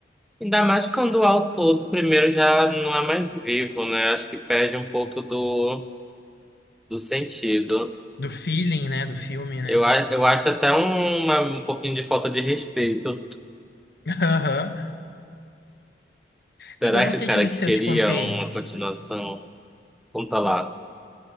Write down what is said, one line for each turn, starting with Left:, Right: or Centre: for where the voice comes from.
Centre: Ainda mais quando o autor do primeiro já não é mais vivo, né? Acho que perde um pouco do, do sentido.
Left: Do feeling, né, do filme, né?
Centre: Eu, a- eu acho até uma, um pouquinho de falta de respeito.
Left: <laughs> Aham. Amigo,
Centre: Será
Left: eu não
Centre: que
Left: sei
Centre: o cara
Left: te- se
Centre: queria
Left: eu te contei.
Centre: uma continuação? Conta lá.